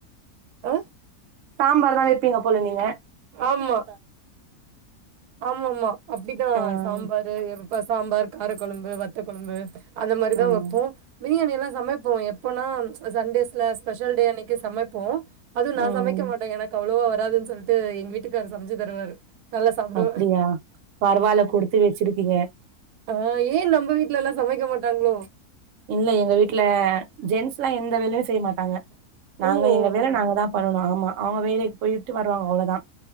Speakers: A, on the right; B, on the right.
A: ஆ,
B: சாம்பார் தா எப் பீங்க போல நீங்க
A: ஆமா ஆமாமா அப்டிதா
B: ம்
A: சாம்பாரு எ ப்ப சாம்பார் காரக்கொழம்பு வத்தக் கொழம்பு அந்த மாரிதா
B: ம்
A: வப்போ பிரியாணி எல்லா சமைப்போ எப்போனா அ சண்டேஸ்ல ஸ்பெஷல் டே அன்னைக்கு சமைப்போ அதுவு நா
B: ம்
A: சமைக்க மாட்ட எனக்கு அவ்ளவா வ ராதுன் சொல்ட்டு எங்க வீட்டுக்காரு சமச்சு தருவாரு நல் சாப்டுவ
B: அப்டியா பரவால்ல குடுத்து வச்சிருக்கீங்க
A: ஆ ஏ நம்ப வீட்லல்லா சமைக்க மாட்டாங்ளோ
B: இல்ல எங்க வீட்ல ஜென்ஸ்லா எந்த வேலயு செய்ய மாட்டாங்க நாங்க
A: ஓ! ஓ!
B: எங்க வேல
A: ஓ!
B: நாங்க தா பண்ணனு ஆமா அவ்ங்க வேலக்கி போய்ட்டு வருவாங்க அவ்ளோதா